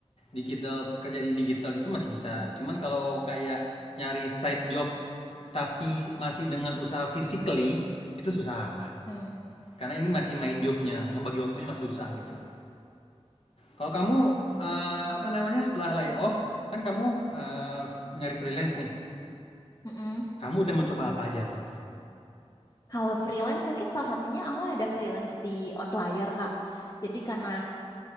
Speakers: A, on the left; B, on the left.
A: digital kerja di digital gitu masih bisa. Cuman kalau kayak nyari side job tapi masih dengan usaha physically itu susah.
B: Mm-mm.
A: Karena ini masih main jobnya, ngebagi waktunya masih susah gitu. Kalau kamu eh, apa namanya setelah layoff kan kamu eh, nyari freelance nih.
B: Mm-mm.
A: Kamu udah mencoba apa aja tuh?
B: Kalau freelance mungkin salah satunya aku ada freelance di Outlier, Kak. Jadi karena